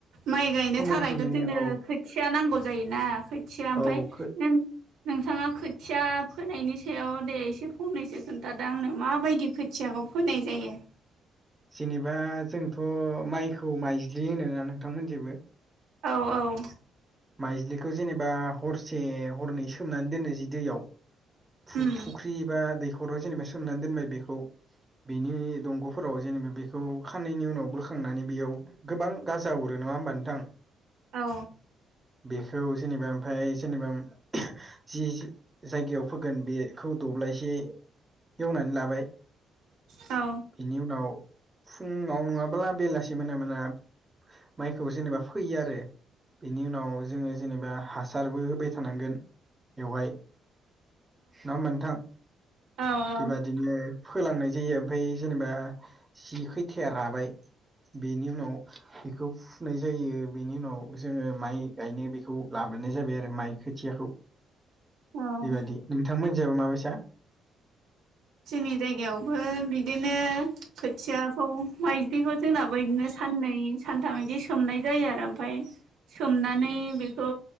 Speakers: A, on the right; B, on the right.
A: माइ गायनो
B: फोमोनखांनायनि
A: थाखायथ' जोंनो
B: औ
A: खोथिआ नांगौ जायोना खोथिआ आमफ्राय
B: औ खो
A: नों नोंथाआ खोथिआ फोनायनि सायाव दे एसे फंनैसो खोन्थादो आंनो माबायदि खोथिआ खोथिआखौ फोनाय जायो
B: जेनोबा जोंथ' माइखौ माइज्लि होनोना नोंथां मोनिथिबो
A: औ औ
B: माइज्लिखौ जेनोबा हरसे हरनै सोमनानै दोनो जि दैयाव फु
A: उम
B: फुख्रि एबा दैखराव जेनोबा सोमनानै दोनबाय बेखौ बेनि दंग'फोराव जेनोबा बेखौ खाननैनि उनाव बोखांनानै बेयाव गोबां गाजा अरो नङा होमबा नोंथां
A: औ
B: बेखौ जेनोबा आमफाय जेनोबा जि जायगायाव फोगोन बेखौ दब्लायसे एवनानै लाबाय
A: औ
B: बिनि उनाव फुंआव नङाब्ला बेलासि मोना मोना माइखौ जेनेबा फोयो आरो। बेनि उनाव जोङो जेनेबा हासारबो होबाय थानांगोन बेवहाय। नङा होनबा नोंथां?
A: औ औ
B: बेबा दिनो फोलांनाय जायो ओमफ्राय जेनेबा जि खैथाया राबाय बेनि उनाव बेखौ फुनाय जायो बेनि उनाव जोङो माइ गायनो बेखौ लाबोनाय जाबाय आरो माइ खोथियाखौ
A: औ
B: बेबादि। नोंथांमोनजाबा माबायसा?
A: जोंनि जायगायावबो बिदिनो खोथिआखौ माइदिखौ जोंनाबो इदिनो साननै सानथाम बिदि सोमनाय जायो आरो आमफ्राय सोमनानै बिखौ